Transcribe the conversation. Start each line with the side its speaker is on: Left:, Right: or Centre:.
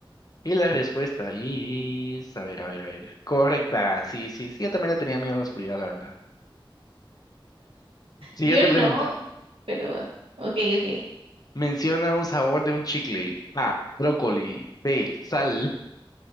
Left: Y la respuesta es, a ver, a ver, a ver. Correcta, sí, sí, sí, yo también le tenía miedo a la oscuridad, la verdad. Siguiente
Right: Yo no,
Left: pregunta.
Right: pero va. Ok, ok.
Left: Menciona un sabor de un chicle. A, brócoli. B, sal.